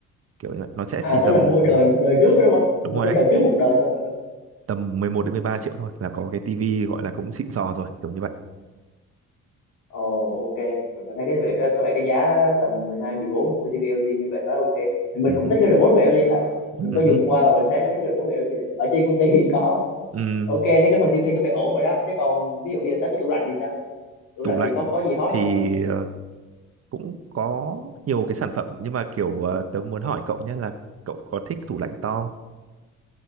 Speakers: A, on the right (about 50°); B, on the left (about 85°).
A: Kiểu như vậy. nó sẽ
B: à
A: chỉ tầm
B: tức là mua đời đời trước đó đúng không
A: đúng
B: mua
A: rồi
B: cái
A: đấy
B: đời trước một đời thôi phải
A: tầm 11 đến 13 triệu thôi là có cái tivi gọi là cũng xịn sò rồi kiểu như vậy
B: Ồ ok, mình có thấy cái vẻ có, có vẻ cái giá tầm mười hai mười bốn một cái tivi LG như vậy khá ok. Thì mình
A: ừ.
B: cũng
A: hứ,
B: thích cái remote của LG thật.
A: ừ
B: Mình có dùng
A: hứ.
B: qua và mình thấy là thích cái remote của LG. thật. Ở trên công ty thì có.
A: Ừ,
B: Ok, thế cái phần tivi có vẻ ổn rồi đó. Thế còn ví dụ bây giờ tới cái tủ lạnh thì sao? Tủ
A: tủ
B: lạnh
A: lạnh
B: thì có có gì hot
A: thì
B: không?
A: ờ, cũng có nhiều cái sản phẩm nhưng mà kiểu ờ, tớ muốn hỏi cậu nhé là cậu có thích tủ lạnh to không?